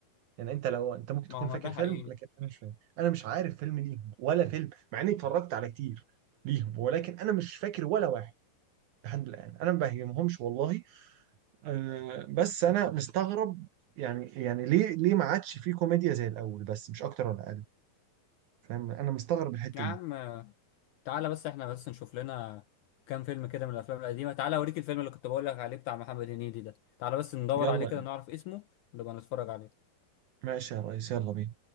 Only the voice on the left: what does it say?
ما
هو ما
ده حقيقي
يا عم
تعالى بس احنا بس نشوف لنا كام فيلم كده من الافلام القديمه تعالى اوريك الفيلم اللي كنت بقول لك عليه بتاع محمد هنيدي ده تعالى بس ندور
عليه كده نعرف اسمه ونبقى نتفرج عليه